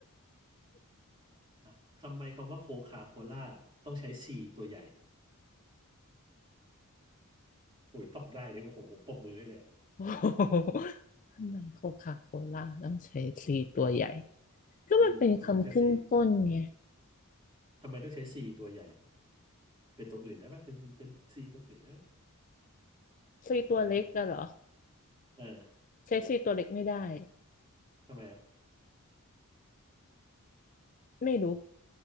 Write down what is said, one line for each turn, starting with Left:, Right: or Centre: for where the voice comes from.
Right: อ่ะทำไมคำว่าโคคาโคล่าต้องใช้ซีตัวใหญ่โอ้ยตอบได้เลยว่าโหผมปรบมือให้เลยอะ
Left: โอ้โหทำไมโคคาโคล่าต้องใช้ซีตัวใหญ่ ก็มันเป็นคำขึ้นต้นไง
Right: อืมทำไมต้องใช้ซีทำไมต้องใช้ซีตัวใหญ่ เป็นตัวอื่นได้ปะเป็นเป็นซีตัวอื่นนะ
Left: ซีตัวเล็กอะเหรอ
Right: ใบให้เออ
Left: ใช้ซีตัวเล็กไม่ได้
Right: ทำไมอ่ะ
Left: ไม่รู้